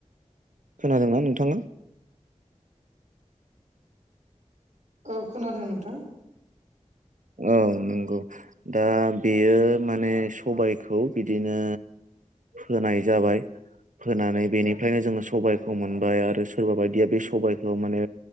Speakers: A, on the right (about 85°); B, on the right (about 70°).
A: खोनादोंना नोंथाङा?
B: औ खोनादों नोंथां।
A: औ नोंगौ दा बेयो माने सबायखौ बिदिनो। फोनाय जाबाय। फोनानै बेनिफ्रायनो जोङो सबायखौ मोनबाय आरो सोरबा बायदिया बे सबायखौ माने।